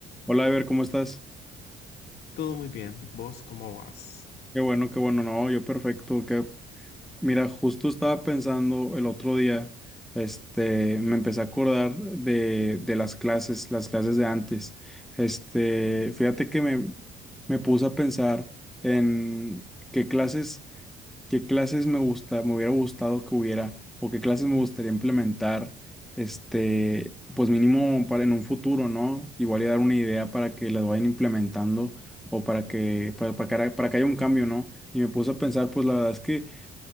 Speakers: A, in the centre; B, on the left.
A: Hola, Ever, ¿cómo estás?
B: Todo muy bien. ¿Vos cómo vas?
A: Qué bueno, qué bueno, no, yo perfecto. Que, mira, justo estaba pensando el otro día, este, me empecé a acordar de, de las clases, las clases de antes. Este, fíjate que me, me puse a pensar en qué clases ¿Qué clases me gusta, me hubiera gustado que hubiera o qué clases me gustaría implementar, este, pues mínimo para en un futuro, ¿no? Igual y dar una idea para que las vayan implementando o para que para, para que haya para que haya un cambio, ¿no? Y me puse a pensar, pues la verdad es que